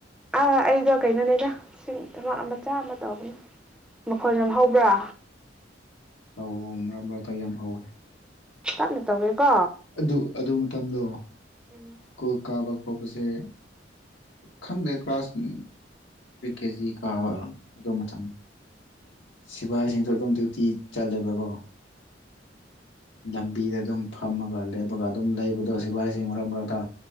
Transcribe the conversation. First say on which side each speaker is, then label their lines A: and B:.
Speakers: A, in the centre; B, on the left.
A: ꯑ ꯑꯩꯗꯣ ꯀꯩꯅꯣꯅꯦꯗ ꯁꯤ ꯊꯕꯛ ꯃꯆꯥ ꯑꯃ ꯇꯧꯕꯅꯦ ꯃꯈꯣꯟ ꯌꯥꯝ ꯍꯧꯕ꯭ꯔꯥ
B: ꯍꯥꯎ ꯃꯔꯥꯛ ꯃꯔꯥꯛꯇ ꯌꯥꯝ ꯍꯧꯋꯦ
A: ꯇꯞꯅ ꯇꯧꯒꯦꯀꯣ
B: ꯑꯗꯨ ꯑꯗꯨ ꯃꯇꯝꯗꯣ
A: <unintelligible>
B: ꯁ꯭ꯀꯨꯜ ꯀꯥꯕ ꯈꯣꯠꯄꯁꯦ ꯈꯪꯗꯦ ꯀ꯭ꯂꯥꯁ ꯀꯦꯖꯤ ꯀꯥꯕꯔꯥ ꯑꯗꯨ ꯃꯇꯝꯗ ꯁꯤꯐꯥꯏꯁꯤꯡꯁꯨ ꯑꯗꯨꯝ ꯗ꯭ꯌꯨꯇꯤ ꯆꯠꯂꯦꯕꯀꯣ ꯂꯝꯕꯤꯗ ꯑꯗꯨꯝ ꯐꯥ ꯐꯝꯃꯒ ꯂꯦꯞꯄꯒ ꯑꯗꯨꯝ ꯂꯩꯕꯗꯣ ꯁꯤꯐꯥꯏꯁꯤꯡ ꯃꯔꯛ ꯃꯔꯛꯇ